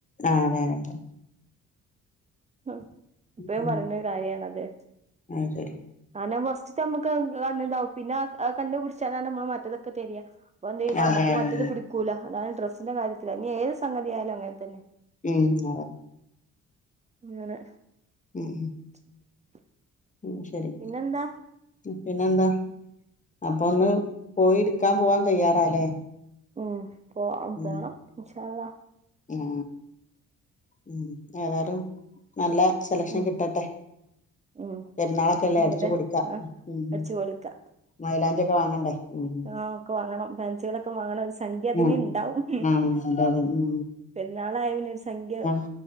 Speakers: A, on the left; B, on the right.
A: ആഹ്‌ അതെതെതെ
B: ഹൊ എപ്പഴും
A: ഉം
B: പറയുന്നൊരു കാര്യാണത്
A: അതെ ഉം ആ ആ അതെ ആ അതെ അതെ അതെ ഉം അത് ശരി
B: അല്ല ഫസ്റ്റ് നമ്മുക്ക് കണ്ണുതാവും പിന്നെ കണ് പിടിച്ചാലാണ് നമ്മൾ മറ്റത് പ്പ തിരയാ വന്തേല
A: അതെ
B: നമക്ക്
A: അതെ
B: മറ്റത്
A: അതെ
B: പിട് കൂല അതാണ് ഡ്രസ്സിന്റെ കാര്യത്തിൽ ഇനി ഏത് സംഗതിയാലും അങ്ങനെ തന്നെ
A: ഉം അതെ.
B: ങ്ങനെ
A: ഉം.
B: <inaudible>
A: ഉം ശരി
B: പിന്നെന്താ
A: ഉ. പിന്നെന്താ അപ്പൊ ഒന്ന് പോയിട്ക്കാൻ പോവാം തയ്യാറാല്ലേ.
B: ഉം പോ
A: ഉം
B: പോണം ഇന്ഷാ അല്ലഹ്.
A: ഉം ഉം ഏതാലും നല്ല സെലക്ഷൻ
B: ഉം
A: കിട്ടട്ടെ.
B: ഉം
A: പെര്ന്നാളൊക്കെ എല്ലേ
B: ആയിക്കോട്ടെ
A: അടിച്ചു പൊളിക്കാ,
B: ആ
A: ഉം
B: അടിച്ചു
A: ഉം
B: പൊളിക്ക
A: മയിലാഞ്ചി ഒക്കെ വാങ്ങണ്ടേ. ഉം
B: ആഹ്‌ ഒക്കെ വാങ്ങണം ഫേൻസികളൊക്കെ വാങ്ങണം ഒരു സംഖ്യ അതിന്
A: ഉം
B: ഇണ്ടാവും.
A: ആഹ് അതെ അതെ ഉം
B: പെര്ന്നാളായ പിന്നെ ഒരു സംഖ്യ
A: ആഹ്